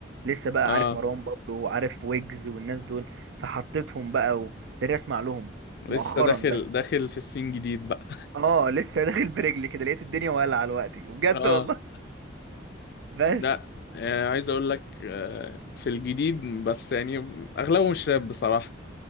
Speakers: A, on the right; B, on the left.
A: لسه بقى
B: اه
A: عارف مروان بابلو وعارف ويجز والناس دول فحطيتهم بقى وابتديت اسمع لهم مؤخرا
B: لسه داخل
A: بس
B: داخل في السين جديد بقى
A: اه لسه داخل برجلي كده لقيت الدنيا ولعه دلوقتي بجد
B: <laughs> اه
A: والله بس
B: لا آه، عايز اقول لك آه، في الجديد بس يعني اغلبهم شراب بصراحة